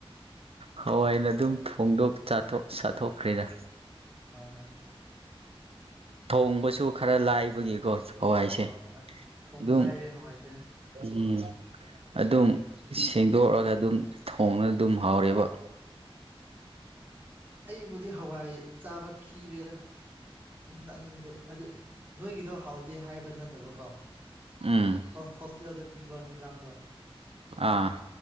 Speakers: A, on the right; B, on the right.
A: ꯍꯋꯥꯏꯅ ꯑꯗꯨꯝ ꯐꯣꯡꯗꯣꯛ ꯆꯥꯊꯣꯛꯈ꯭ꯔꯦꯗ
B: <unintelligible>
A: ꯊꯣꯡꯕꯁꯨ ꯈꯔ ꯂꯥꯏꯕꯒꯤꯀꯣ ꯍꯋꯥꯏꯁꯦ
B: ꯍꯣꯏ ꯍꯣꯏ ꯊꯣꯡꯕ
A: ꯑꯗꯨꯝ
B: ꯂꯥꯏꯔꯦ ꯍꯋꯥꯏꯁꯦ
A: ꯎꯝ ꯑꯗꯨꯝ ꯁꯦꯡꯗꯣꯛꯑꯒ ꯑꯗꯨꯝ ꯊꯣꯡꯔꯒꯥ ꯑꯗꯨꯝ ꯍꯥꯎꯔꯦꯕ
B: ꯑꯩꯕꯨꯗꯤ ꯍꯋꯥꯏ ꯆꯥꯕ ꯈꯤꯔꯦꯗ ꯎꯝ ꯆꯥꯅꯤꯡꯗ꯭ꯔꯦ ꯍꯥꯏꯗꯤ ꯅꯣꯏꯒꯤꯗꯣ ꯍꯥꯎꯇꯦ ꯍꯥꯏꯕ ꯅꯠꯇꯕꯀꯣ
A: ꯎꯝ
B: ꯍ ꯍꯣꯁꯇꯦꯜꯗ ꯄꯤꯕ ꯍꯦꯟꯖꯥꯡꯗꯣ
A: ꯑꯥ